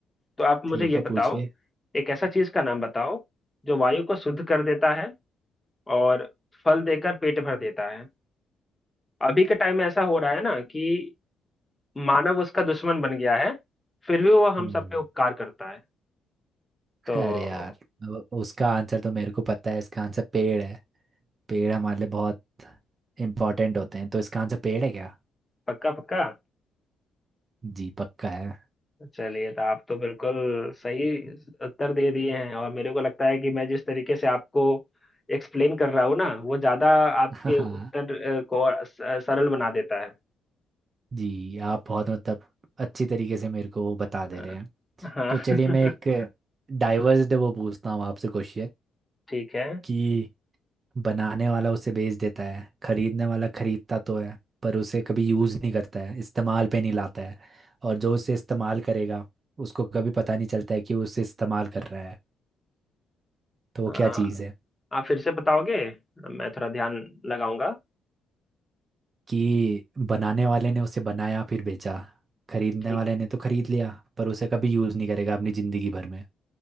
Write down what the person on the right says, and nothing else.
ठीक
है पूछिए
हम्म
अरे यार अब उसका आंसर तो मेरे को पता है इसका आंसर पेड़ है पेड़ हमारे लिए बहुत इम्पोर्टेंट होते हैं तो इसका आंसर पेड़ है क्या
जी पक्का है
हाँ
जी आप बहुत मतलब अच्छी तरीके से मेरे को वो बता दे
रहे हैं
तो चलिए मैं एक
डाइवर्स वो पूछता हूँ आपसे क्वेश्चन
कि बनाने वाला उसे बेच देता है खरीदने वाला खरीदता तो है पर उसे कभी यूज़ नहीं करता है इस्तेमाल पे नहीं लाता है और जो उसे इस्तेमाल करेगा उसको कभी पता नहीं चलता है कि वो उसे इस्तेमाल कर रहा है तो
वो क्या चीज़ है
कि बनाने वाले ने उसे बनाया फिर बेचा खरीदने
वाले ने तो खरीद लिया पर उसे कभी यूज़ नहीं करेगा अपनी ज़िंदगी भर में